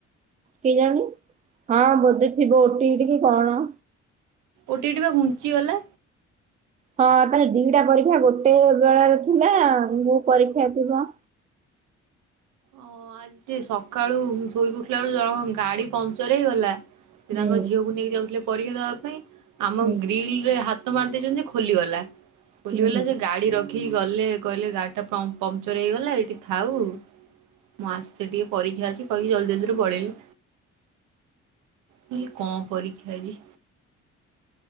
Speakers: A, on the right; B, on the right.
A: କେଜାଣି ହଁ ବୋଧେ ଥିବ ଓଟି ଇଟି କଣ?
B: ଓଟୀ ଇଟି ବା ଘୁଞ୍ଚିଗଲା।
A: ହଁ ତାହେଲେ ଦିଟା ପରୀକ୍ଷା ଗୋଟେ ବେଳାରେ ଥିଲା ମୁଁ ପରୀକ୍ଷା ଥିବ।
B: ଓ ଆଜି ସକାଳୁ ଶୋଇକି ଉଠିଲା ବେଳକୁଜଣକ ଗାଡ଼ି ପଂଚର ହେଇଗଲା। ସେ
A: ହୁଁ
B: ତାଙ୍କ ଝିଅକୁ ନେଇକି ଯାଉଥିଲେ ପରୀକ୍ଷା ଦବା ପାଇଁ ଆମ
A: ହୁଁ
B: ଗ୍ରୀିଲ ରେ ହାତ ହାତ ମାରି ଦେଇଛନ୍ତି ଯେ ଖୋଲିଗଲା ଖୋଲିଗଲା
A: ହୁଁ ହୁଁ
B: ଯେ ଗାଡି ରଖି କି ଗଲେ କହିଲେ ଗାଡି ଟା ପଂଚର ହେଇଗଲା ଏଇଠି ଥାଉ ମୁଁ ଆସେ ଟିକେ ପରୀକ୍ଷାଅଛି କହିକି ଜଲଦି ଜଲଦି ରୁ ପଳେଇଲେ। ବୋଲି କଣ ପରୀକ୍ଷା ଆଜି?